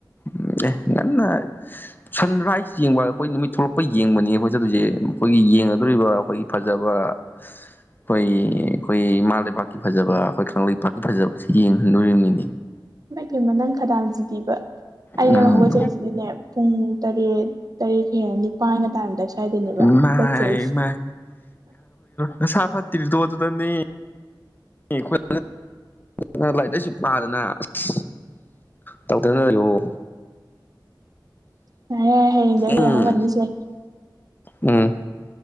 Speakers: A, on the left; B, on the right.
A: ꯎꯝ ꯑꯦ ꯉꯟꯅ ꯁꯟ ꯔꯥꯏꯁ ꯌꯦꯡꯕ ꯑꯩꯈꯣꯏ ꯅꯨꯃꯤꯠ ꯊꯣꯛꯂꯛꯄ ꯌꯦꯡꯕꯅꯦ ꯑꯩꯈꯣꯏ ꯆꯠꯗꯨꯁꯦ ꯑꯩꯈꯣꯏꯒꯤ ꯌꯦꯡꯒꯗꯣꯔꯤꯕ ꯑꯩꯈꯣꯏꯒꯤ ꯐꯖꯕ ꯑꯩꯈꯣꯏ ꯑꯩꯈꯣꯏ ꯏꯃꯥ ꯂꯩꯕꯥꯛꯀꯤ ꯐꯖꯕ ꯑꯩꯈꯣꯏ ꯀꯪꯂꯩꯄꯥꯛꯀꯤ ꯐꯖꯕꯁꯤ ꯌꯦꯡꯍꯟꯗꯣꯔꯤꯕꯅꯤꯅꯦ
B: ꯏꯃꯥꯏꯄꯦꯝꯝꯃ ꯅꯪ ꯈꯗꯥꯡꯁꯤꯗꯤꯕ ꯑꯩꯅ
A: ꯎꯝ
B: ꯍꯧꯒꯠꯆꯔꯤꯁꯤꯗꯤꯅꯦ ꯄꯨꯡ ꯇꯔꯦꯠ ꯇꯔꯦꯠ ꯍꯦꯟꯅ ꯅꯤꯄꯥꯟꯒ ꯇꯥꯔꯝꯗꯥꯏ ꯁ꯭ꯋꯥꯏꯗꯅꯦꯕ
A: ꯏꯃꯥꯢ
B: ꯍꯧꯒꯠꯆꯔꯤꯁꯦ
A: ꯏꯃꯥꯢ ꯅꯁꯥ ꯐꯠꯇ꯭ꯔꯤꯗꯣ ꯑꯗꯨꯗꯅꯦ ꯈꯣꯏ <unintelligible> ꯂꯥꯏꯔꯤꯛ ꯂꯥꯏꯁꯨ ꯄꯥꯗꯅ ꯑꯁ ꯇꯧꯗꯅ ꯂꯩꯑꯣ
B: <inaudible> ꯌꯥꯔꯦ ꯌꯥꯔꯦ ꯍꯌꯦꯡꯗꯤ ꯑꯩꯅ
A: ꯎꯝ
B: ꯌꯥꯍꯧ ꯉꯟꯅꯤꯁꯦ
A: ꯎꯝ